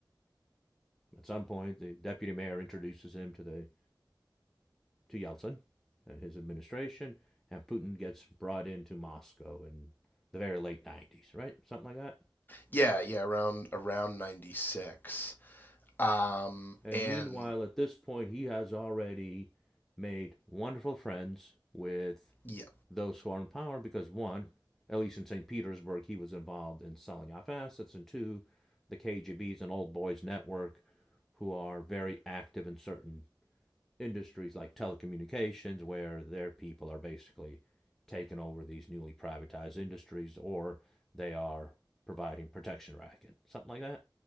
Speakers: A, in the centre; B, on the left.
A: at some point, the deputy mayor introduces him to the to Yeltsin and his administration, and Putin gets brought into Moscow in the very late 90s, right? Something like that.
B: Yeah, yeah, around around 96. Um
A: And
B: and
A: meanwhile, at this point, he has already made wonderful friends with
B: yeah,
A: those who are in power because, one, at least in St. Petersburg, he was involved in selling off assets, and two, the KGB is an old boys network who are very active in certain industries like telecommunications, where their people are basically taking over these newly privatized industries or they are providing protection racket, something like that.